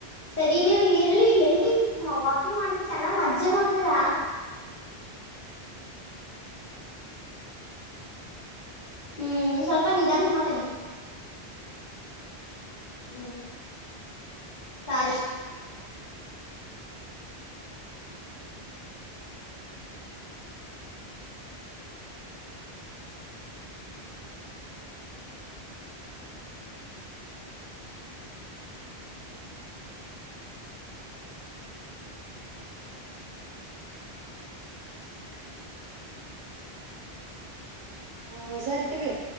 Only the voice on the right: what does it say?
ಹಾ ಸರಿ ತಗಳಿ.